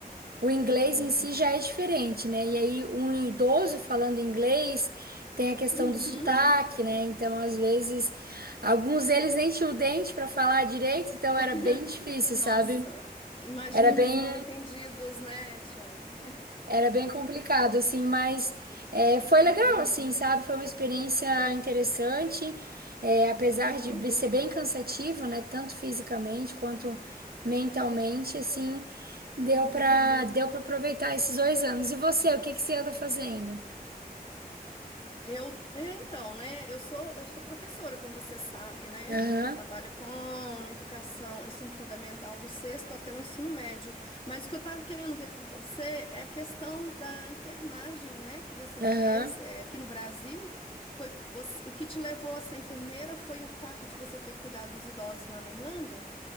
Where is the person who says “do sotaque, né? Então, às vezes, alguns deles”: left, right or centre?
Right